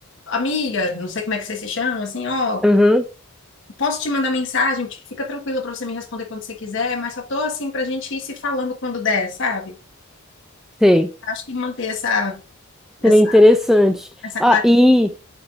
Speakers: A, on the left; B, in the centre.
A: amiga, não sei como é que você se chama, assim, ó,
B: Aham,
A: posso te mandar mensagem? Tipo, fica tranquila pra você me responder quando você quiser, mas só tô assim pra gente ir se falando quando der, sabe?
B: sei.
A: Acho que manter essa, essa,
B: Seria interessante.
A: essa
B: Ah,
A: clareza.
B: e.